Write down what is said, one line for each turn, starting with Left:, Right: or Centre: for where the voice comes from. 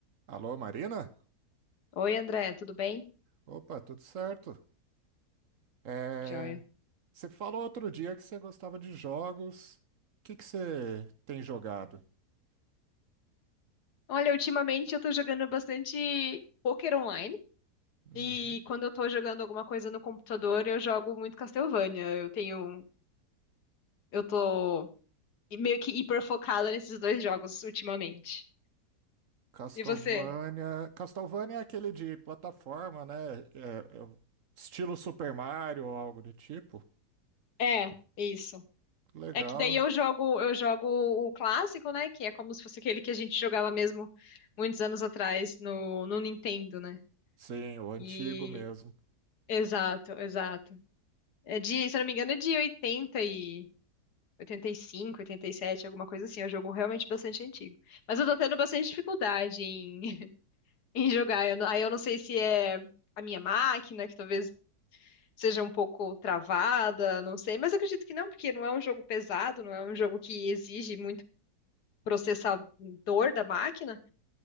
Right: Alô, Marina?
Left: Oi, André, tudo bem?
Right: Opa, tudo certo? É,
Left: Joia.
Right: Você falou outro dia que você gostava de jogos. O que que você tem jogado?
Left: Olha, ultimamente eu tô jogando bastante poker online
Right: Uhum.
Left: e quando eu tô jogando alguma coisa no computador, eu jogo muito Castlevania. Eu tenho, eu tô meio que hiper focada nesses dois jogos ultimamente.
Right: Castlevania.
Left: E você?
Right: Castlevania é aquele de plataforma, né? É- é o estilo Super Mario ou algo do tipo.
Left: É, isso.
Right: Legal.
Left: É que daí eu jogo, eu jogo o clássico, né, que é como se fosse aquele que a gente jogava mesmo muitos anos atrás no no Nintendo, né?
Right: Sim, o antigo
Left: E
Right: mesmo.
Left: exato, exato. É de, se eu não me engano, é de 80 e 85, 87, alguma coisa assim. É um jogo realmente bastante antigo. Mas eu tô tendo bastante dificuldade em, <laughs> em jogar. Eu não- aí eu não sei se é a minha máquina, que talvez seja um pouco travada, não sei. Mas eu acredito que não, porque não é um jogo pesado, não é um jogo que exige muito processador da máquina.